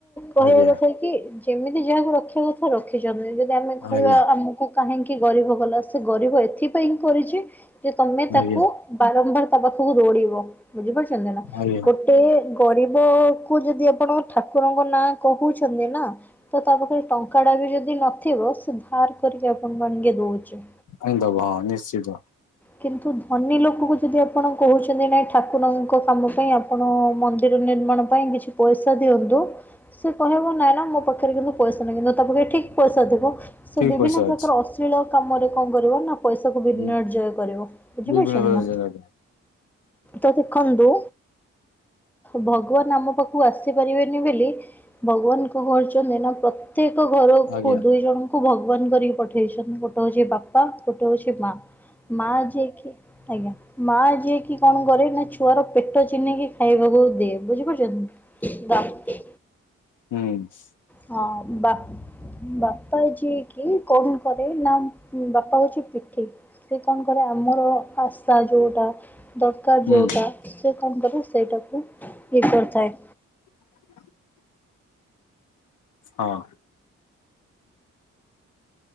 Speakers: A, in the centre; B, on the left.
A: କହିବା
B: ଆଜ୍ଞା
A: କଥା କି ଯେମିତି ଯାହାକୁ ରଖିବା କଥା ରଖିଛନ୍ତି ଯେ ଆମେ କହିବା
B: ଆଜ୍ଞା
A: ଆମକୁ କାହିଁକି ଗରିବ କଲା ସେ ଗରିବ ଏ ଏଥିପାଇଁ କରିଛି ଯେ ତମେ ତାକୁ
B: ଆଜ୍ଞା
A: ବାରମ୍ବାର ତା ପାଖକୁ ଦୌଡିବ ବୁଝିପାରୁଛନ୍ତିନା।
B: ଆରିଆ।
A: ଗୋଟେ ଗରିବକୁ ଯଦି ଆପଣ ଠାକୁରଙ୍କ ନାଁ କହୁଛନ୍ତି ନା ତ ତା ପାଖରେ ଟଙ୍କାଟା ବି ଯଦି ନଥିବ ସେ ଧାର କରିକି ଆପଣଙ୍କୁ ଆଣିକି ଦଉଛି।
B: ଆଣିଦେବ ହଁ ନିଶ୍ଚିତ।
A: କିନ୍ତୁ ଧନୀ ଲୋକଙ୍କୁ ଯଦି ଆପଣ କହୁଛନ୍ତି ନାଇ ଠାକୁରଙ୍କ କାମ ପାଇଁ ଆପଣ ମନ୍ଦିର ନିର୍ମାଣ ପାଇଁ କିଛି ପଇସା ପଇସା ଦିଅନ୍ତୁ ସେ କହିବ ନାଇଁନା ମୋ ପାଖରେ କିନ୍ତୁ ପଇସା ନାହିଁ କିନ୍ତୁ ତା ପାଖରେ ଠିକ ପଇସା ଥିବ। ସେ
B: ଠିକ
A: ବିଭିନ୍ନ
B: ପଇସା
A: ପ୍ରକାର
B: ଅଛି।
A: ଅଶ୍ଳୀଳ କାମରେ କଣ କରିବ ନା ପଇସାକୁ ବିନର୍ଜୟ
B: ହୁଁ
A: କରିବ। ବୁଝିପାରୁଛନ୍ତି
B: ବିଭିନ୍ନ ପ୍ରକାର
A: ନା
B: ଜାଗାରେ
A: ତ ଦେଖନ୍ତୁ ଭଗବାନ ଆମ ପାଖକୁ ଆସିପାରିବେନି ବୋଲି ଭଗବାନଙ୍କ କରୁଛନ୍ତି ନା ପ୍ରତ୍ୟେକ ଘରକୁ
B: ଆଜ୍ଞା
A: ଦୁଇ ଜଣଙ୍କୁ ଭଗବାନ କରିକି ପଠେଇଛନ୍ତି ଗୋଟେ ହଉଛି ବାପା ଗୋଟେ ହଉଛି ମାଆ। ମା ଯିଏକି, ଆଜ୍ଞା ମା ଯିଏକି କଣ କରେ ନା ଛୁ ପୁଅର ପେଟ ଚିହ୍ନିକି ଖାଇବାକୁ ଦିଏ ବୁଝିପାରୁଚନ୍ତି?
B: ହୁଁ।
A: ହଁ ବା, ବାପା ଯିଏକି କଣ କରେ ନା ବାପା ହଉଚି ପିଠି। ସେ କଣ କରେ ଆମର ଶା ଯୋଉଟା, ଦରକାର
B: ହୁଁ
A: ଯୋଉଟା ସେ କଣ କରେ ସେଇଟାକୁ ଇଏ କରିଥାଏ।
B: <inaudible> ହଁ।